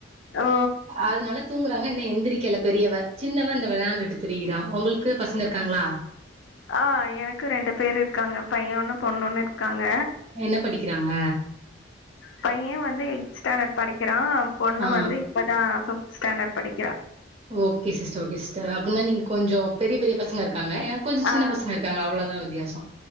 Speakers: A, on the left; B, on the right.
A: ஓ
B: அதனால தூங்குறாங்க இன்னு எந்திரிக்கல பெரியவ சின்னவ இந்த விளாண்டுட்டு திரியறா உங்களுக்கு பசங்க இருக்காங்ளா
A: ஆ எனக்கு ரெண்டு பேர் இருக்காங்க பைய ஒன்னு பொண்ணு ஒன்னு இருக்காங்க
B: என்ன படிக்கிறாங்க
A: பைய வந்து எய்த் ஸ்டாண்டர்ட் படிக்கிறா பொண்ணு
B: ஆ
A: வந்து இப்படா ஃபிப்த் ஸாண்டர்ட் படிக்கிறா
B: ஓகே சிஸ்ட ஓகே சிஸ்ட அப்டின்னா நீங்க கொஞ்ச பெரிய பெரிய பசங்க இருக்காங்க எ கொஞ்சொ சின்ன
A: ஆ
B: பசங்க இருக்காங்க அவ்ளோதா வித்தியாச